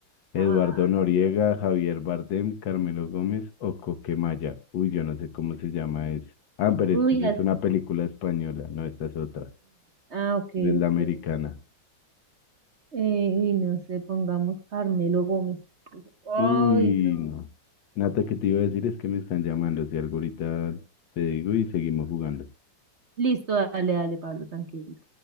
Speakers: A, on the left (about 80°); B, on the right (about 45°).
A: Eduardo
B: Ah,
A: Noriega, Javier Bardem, Carmelo Gómez o Coquemaya. Uy, yo no sé cómo se llama eso. Ah, pero
B: Uy,
A: es que esa
B: así.
A: es una película española, no, esta es otra.
B: Ah, ok,
A: No es la
B: ok.
A: americana.
B: Eh, uy, no sé, pongamos Carmelo Gómez. Ay,
A: Uy,
B: no.
A: no. Nata, que te iba a decir es que me están llamando, si algo ahorita te digo y seguimos jugando.
B: Listo, dale, dale, Pablo, tranquilo.